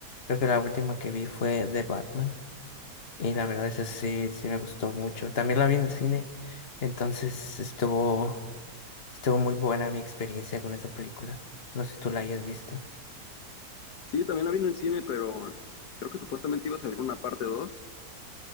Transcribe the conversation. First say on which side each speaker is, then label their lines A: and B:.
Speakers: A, on the left; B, on the left.
A: Creo que la última que vi fue de Batman. Y la verdad, esa sí, sí me gustó mucho. También la vi en el cine, entonces estuvo, estuvo muy buena mi experiencia con esa película. No sé si tú la hayas visto.
B: Sí, también la vi en el cine, pero creo que supuestamente iba a salir una parte 2